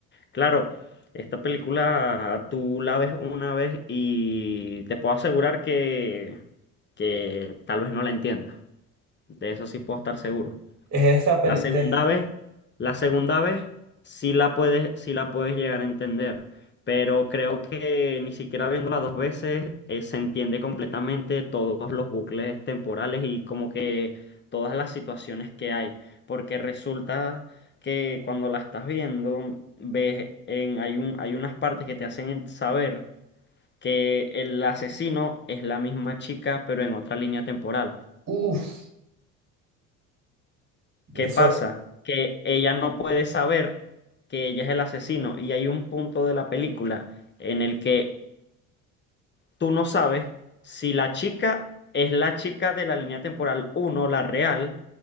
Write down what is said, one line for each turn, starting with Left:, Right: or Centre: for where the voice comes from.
Left: Claro, esta película tú la ves una vez y te puedo asegurar que, que tal vez no la entiendas. De eso sí puedo estar seguro.
Right: Es esa peli
Left: La segunda
Right: de...
Left: vez, la segunda vez sí la puedes, sí la puedes llegar a entender, pero creo que ni siquiera viéndola dos veces eh, se entiende completamente todos los bucles temporales y como que todas las situaciones que hay, porque resulta que cuando la estás viendo ves en hay un hay unas partes que te hacen en- saber que el asesino es la misma chica, pero en otra línea temporal.
Right: Uf, eso...
Left: ¿Qué pasa? Que ella no puede saber que ella es el asesino y hay un punto de la película en el que tú no sabes si la chica es la chica de la línea temporal uno, la real,